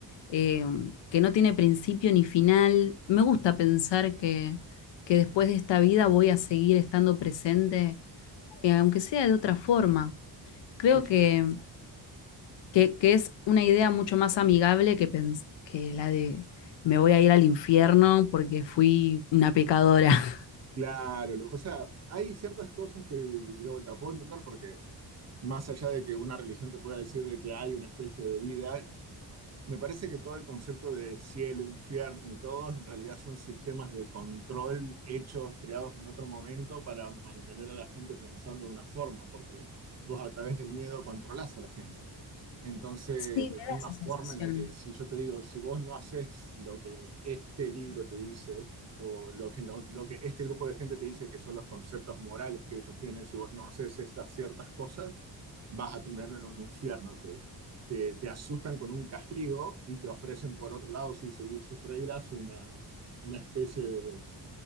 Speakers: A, on the left; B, on the right.
A: Eh, que no tiene principio ni final. Me gusta pensar que, que después de esta vida voy a seguir estando presente, eh, aunque sea de otra forma. Creo
B: Sí, yo
A: que
B: creo.
A: que, que es una idea mucho más amigable que, pens- que la de me voy a ir al infierno porque fui una pecadora. <laughs>
B: Claro, lo que pasa, hay ciertas cosas que de vuelta puedo entender porque más allá de que una religión te pueda decir de que hay una especie de vida, Me parece que todo el concepto de cielo, infierno y todo en realidad son sistemas de control hechos, creados en otro momento para mantener a la gente pensando de una forma, porque vos a través del miedo controlás a la gente. Entonces,
A: Sí,
B: de
A: me
B: la
A: da
B: misma
A: esa
B: forma
A: sensación.
B: en la que si yo te digo, si vos no haces lo que este libro te dice, o lo que, lo, lo que este grupo de gente te dice que son los conceptos morales que ellos tienen, si vos no haces estas ciertas cosas, vas a terminar en un infierno. ¿te? te, te asustan con un castigo y te ofrecen por otro lado, si seguís sus reglas, una, una especie de,